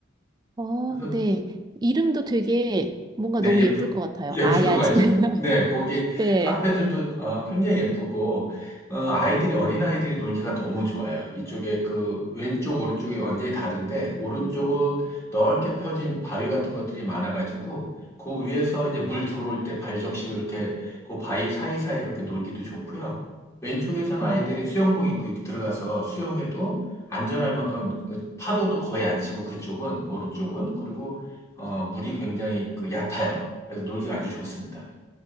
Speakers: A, on the right; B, on the left.
A: 어,
B: 그래서
A: 네. 이름도 되게 뭔가
B: 네,
A: 너무
B: 예쁘,
A: 예쁠 것 같아요.
B: <laughs> 예쁠
A: 아,
B: 것
A: 야,
B: 같죠.
A: 진. <laughs>
B: 네, 거기
A: 네.
B: 카페들도 어, 굉장히 예쁘고, 어, 아이들이, 어린아이들이 놀기가 너무 좋아요. 이쪽에 그 왼쪽, 오른쪽이 완전히 다른데, 오른쪽은 넓게 펴진 바위 같은 것들이 많아가지고, 그 위에서 이제 물 들어올 때 발적시고 이렇게 그 바위 사이사이 이렇게 놀기도 좋고요. 왼쪽에선
A: 네.
B: 아이들이 수영복 입고 들어가서 수영해도 안전할 만큼 그 파도도 거의 안 치고 그쪽은, 오른쪽은. 그리고 어, 물이 굉장히 그 얕아요. 그래서 놀기가 아주 좋습니다.